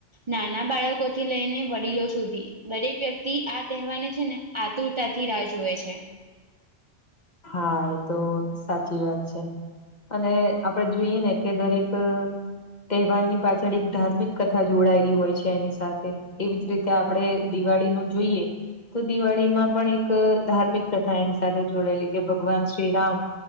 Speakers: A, on the right; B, on the left.
A: નાના બાળકોથી લઈને વડીલો સુધી. દરેક વ્યક્તિ આ તહેવારને છે ને, આતુરતાથી રાહ જોએ છે.
B: હા, એ તો સાચી વાત છે. અને આપડે જોઈએ ને, કે દરેક તહેવારની પાછી. ધાર્મિક કથા જોડાયેલી હોય છે એની સાથે. એવી જ રીતે આપણે દિવાળીનું જોઈએ. તો દિવાળીમાં પણ એક ધાર્મિક કથા એની સાથે જોડેલી, કે ભગવાન શ્રીરામ.